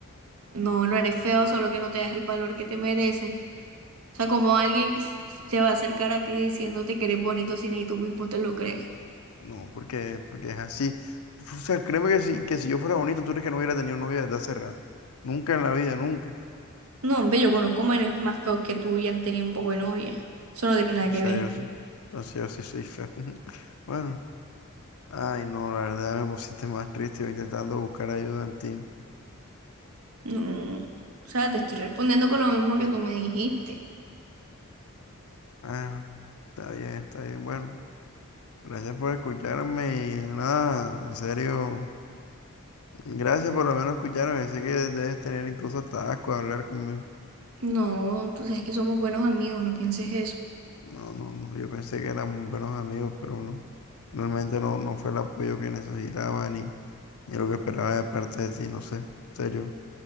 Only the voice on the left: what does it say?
No, porque, porque es así. O sea, créeme que si, que si yo fuera bonito, tú crees que no hubiera tenido novia desde hace rato. Nunca en la vida, nunca.
O
sea,
yo, so- entonces yo sí soy feo. <laughs> Bueno, ay, no, la verdad me pusiste más triste yo intentando buscar ayuda en ti.
Ah, está bien, está bien, bueno. Gracias por escucharme y nada, en serio, gracias por lo menos escucharme. Sé que debes tener incluso hasta asco de hablar conmigo.
No, no, no, yo pensé que éramos buenos amigos, pero no. Realmente no, no fue el apoyo que necesitaba ni, ni lo que esperaba de parte de ti, no sé, en serio.